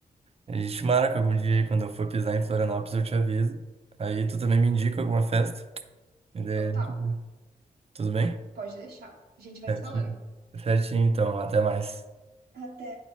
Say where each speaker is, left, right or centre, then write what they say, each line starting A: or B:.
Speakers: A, on the right; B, on the right.
A: a gente marca algum dia, aí, quando eu for pisar em Florianópolis, eu te aviso. Aí tu também me indica alguma festa. E daí,
B: Total.
A: a gente vai. tudo bem?
B: Pode deixar. A gente vai
A: Certinho.
B: se falando.
A: Certinho, então. Até mais.
B: Até.